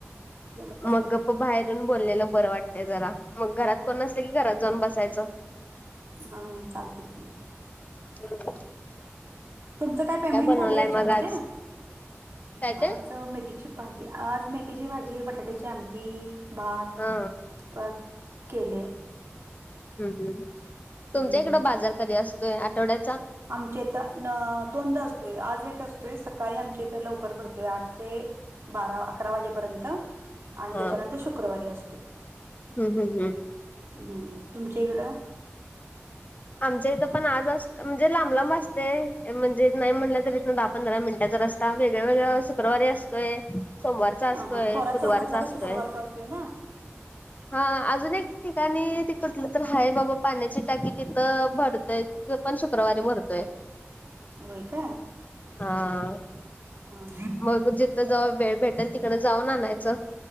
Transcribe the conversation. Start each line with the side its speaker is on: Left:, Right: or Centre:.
Right: ते तर
Left: मग
Right: आहे.
Left: गप् बाहेरून बोललेलं बरं वाटतंय जरा मग घरात कोण नसले की घरात जाऊन बसायचं.
Right: हा चालते की.
Left: <inaudible>
Right: तुमच काय पेमेंट
Left: बनवलाय
Right: झालंय हेच्यामधे?
Left: मग आज? काय ते?
Right: आज त मेथीची भाजी आज मेथीची भाजी, बटाट्याची आमटी भात
Left: हा
Right: अ केले.
Left: हुं, हुं तुमच्या
Right: हम्म
Left: इकडं बाजार कधी असतोय आठवड्याचा?
Right: आमच्या इथं दोनदा असतोय आज एक असतोय सकाळी आमच्या इथं लवकर भरतोय आठ ते बारा, अकरा वाजेपर्यंत आणि
Left: हा
Right: त्याच्यानंतर शुक्रवारी असतोय
Left: हम्म हम्म हम्म.
Right: हम् तुमच्या इकडं?
Left: आमच्या इथं पण आज अस म्हणजे लांब लांब असते म्हणजे नाही म्हटलं तरी इथन दहा पंधरा मिनिटाचा रस्ता. आता वेगळ्या वेगळ्या शुक्रवारी असतोय. सोमवारचा असतोय
Right: ह हा थोरा
Left: बुधवारचा
Right: चौकातला
Left: असतोय.
Right: का शुक्रवारचा असतोय ना
Left: हा अजून एक ठिकाणी ते कटलं तर हाय बाबा पाण्याची टाकी तिथं भरतय पण शुक्रवारी भरतोय.
Right: होय का?
Left: हा
Right: हा
Left: मग जिथं जवळ वेळ भेटेल तिकडं जाऊन आणयचं.